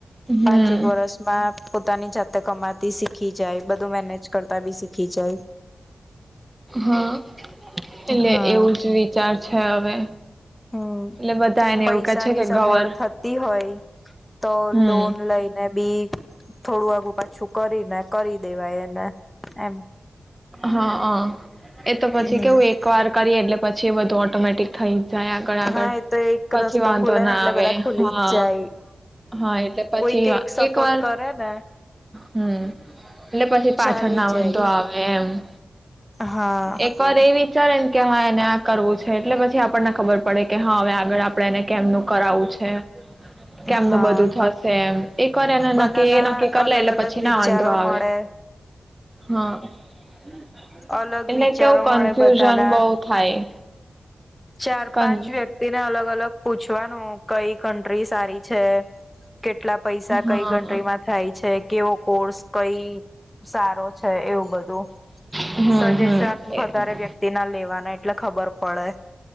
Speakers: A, on the right; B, on the left.
A: હમ
B: પાંચેક વરષમાં પોતાની જાતે કમાતી શીખી જાય બધું મેનેજ કરતા બી શીખ કી જઇ
A: હા એટલે
B: હા.
A: એવું જ વિચાર છે હવે
B: હમ
A: એટલે બધા એને
B: પૈસાની
A: એવું કે છે કે
B: સગવડ
A: ગવર
B: થતી હોય તો
A: હમ
B: લોન લઈને બી થોડું વાઘું પાછું કરીને કરી દેવાય એને એમ
A: હા હ એ તો પછી
B: હમ.
A: કેવું એક વાર કરી એટલે પછી બધ તો ઓટોમેટિક થાય. જાય આગળ આગળ
B: હા એ તો એક
A: પછી
B: રસ્તો
A: વાંધો
B: ખુલે ને
A: ના
B: એટલે
A: આવે
B: બધા ખુલી
A: હા
B: જ જાય.
A: હા એટલે પછી
B: કોઈક સપોર્ટ
A: એક વાર
B: કરે ને
A: હમ એટલે પછી પાછળ
B: ચાલી
A: ના
B: જાય.
A: વાંધો આવે એમ
B: હા
A: એક વાર એ વિચારે ને કે હ એને કરવું છે એટલે પછી આપણને ખબર પડે કે હા હવે આગળ આપડણે એને કેમનું કરાવવું છે. કેમનું
B: હા.
A: બધું થશે એમ એ કરેને
B: બધાના
A: નક્કી એ નક્કી કર
B: અલગ
A: લ એટલે
B: અલગ
A: પછી ના
B: વિચારો
A: વાંધો આવે
B: મળે
A: હા- <unintelligible>
B: અલગ
A: એટલે
B: વિચારો
A: કેવું કન્ફ્યુઝન
B: મળે બધાના
A: બહ થાય.
B: ચાર
A: કન
B: પાંચ વ્યક્તિને અલગ અલગ પૂછવાનું. કઈ કન્ટ્રી સારી છે. કેટલા પૈસા
A: હા
B: કઈ કન્ટ્રીમાં થાય છે. કેવો કોર્સ કઈ સારો છે. એવું બધું
A: હમ
B: સજેશન
A: હમ
B: વધારે વ્યક્તિ ના લેવાના એટલે ખબર પડે.